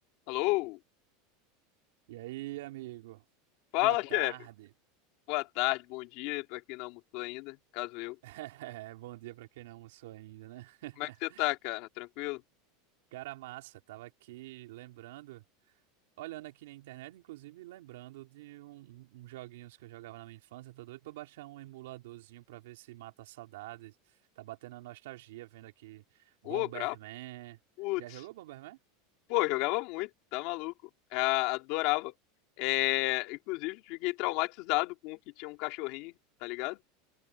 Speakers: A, on the left; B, on the right.
A: Alô?
B: E aí, amigo?
A: Fala,
B: Boa tarde.
A: chefe. Boa tarde, bom dia pra quem não almoçou ainda, caso eu.
B: <laughs> Bom dia para quem não almoçou ainda, né? <laughs>
A: Como é que você tá, cara? Tranquilo?
B: Cara massa, tava aqui lembrando, olhando aqui na internet, inclusive lembrando de um- um- uns joguinhos que eu jogava na minha infância. Tô doido pra baixar um emuladorzinho pra ver se mata a saudade. Tá batendo a nostalgia vendo aqui Bomberman.
A: Ô, brabo. Putz.
B: Já jogou Bomberman?
A: Pô, jogava muito, tá maluco. Ah, adorava. É, inclusive, fiquei traumatizado com o que tinha um cachorrinho, tá ligado?